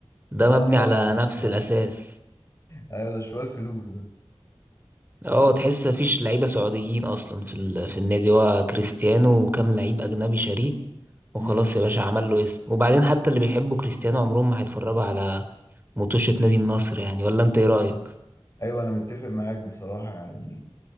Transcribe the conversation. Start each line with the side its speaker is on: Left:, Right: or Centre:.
Right: ده
Left: اه
Right: مبني
Left: طبعا
Right: على نفس
Left: ده
Right: الاساس
Left: ايوه ده شوية الفلوس ده
Right: اه تحس مفيش لعيبه سعوديين اصلا في ال... في النادي هو كريستيانو وكام لعيب اجنبي شاريه وخلاص
Left: امم
Right: يا باشا عمل له اسم وبعدين حتى اللي بيحبوا كريستيانو عمرهم ما هيتفرجوا على مطوشة نادي النصر يعني ولا انت ايه رأيك؟
Left: ايوه انا متفق معاك بصراحة يعني